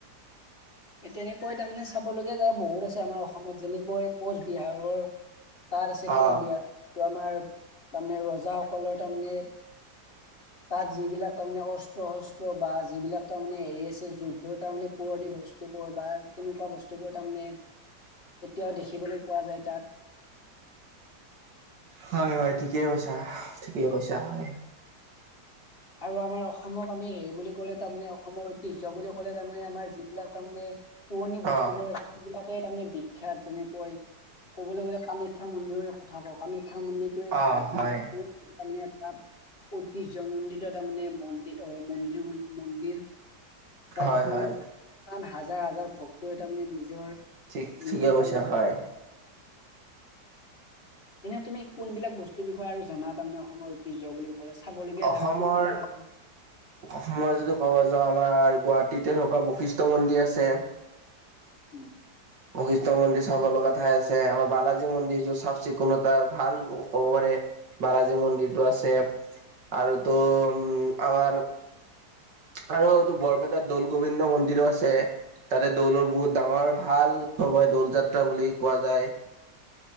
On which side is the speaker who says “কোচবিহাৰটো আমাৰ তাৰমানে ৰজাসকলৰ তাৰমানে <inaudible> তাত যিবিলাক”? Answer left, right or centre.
Left